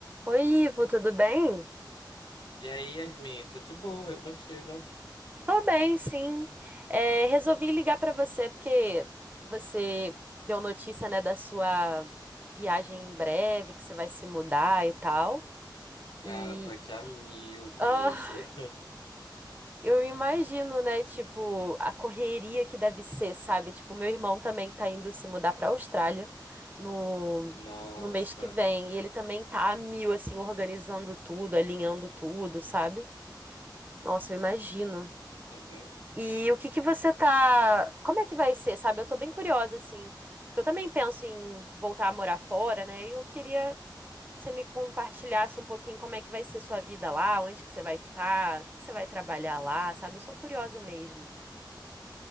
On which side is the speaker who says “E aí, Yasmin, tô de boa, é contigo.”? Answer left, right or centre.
Left